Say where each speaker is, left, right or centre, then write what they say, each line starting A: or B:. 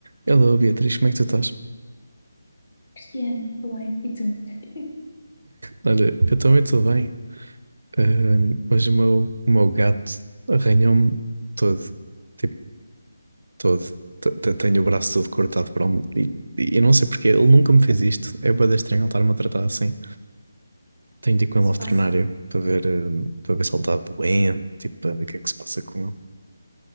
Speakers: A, on the right; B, on the left.
A: Hello Beatriz, como é que tu estás?
B: Piano também. E tu? <laughs>
A: Olha, eu também estou bem, Ahm, mas o meu, o meu gato arranhou-me todo, tipo, todo. T- t- Tenho o braço todo cortado por um... E, e eu não sei porque, ele nunca me fez isto. É bué de estranho ele estar-me a tratar assim. Tenho de ir com
B: Se
A: ele ao veterinário
B: passa.
A: para ver, ahm, para ver se ele está doente, tipo, para ver o que é que se passa com ele.